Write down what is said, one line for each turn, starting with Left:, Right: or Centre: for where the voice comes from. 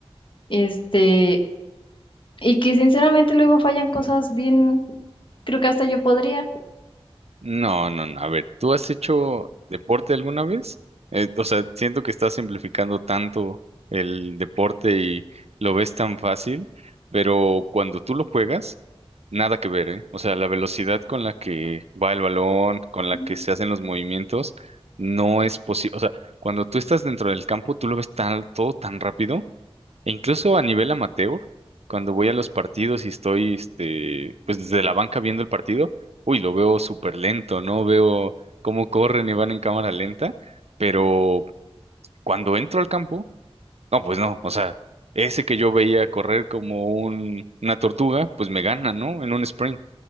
Left: Este, y que sinceramente luego fallan cosas bien, creo que hasta yo podría.
Right: No, no, no. A ver, ¿tú has hecho deporte alguna vez? Eh, o sea, siento que estás simplificando tanto el deporte y lo ves tan fácil, pero cuando tú lo juegas, nada que ver, ¿eh? O sea, la velocidad con la que va el balón, con la
Left: Mm,
Right: que se hacen los movimientos, no es posible. O sea, cuando tú estás dentro del campo, tú lo ves tan, todo tan rápido e incluso a nivel amateur, cuando voy a los partidos y estoy, este, pues desde la banca viendo el partido, uy, lo veo súper lento, ¿no? Veo cómo corren y van en cámara lenta, pero cuando entro al campo, no, pues no, o sea, ese que yo veía correr como un, una tortuga, pues me gana, ¿no? En un sprint.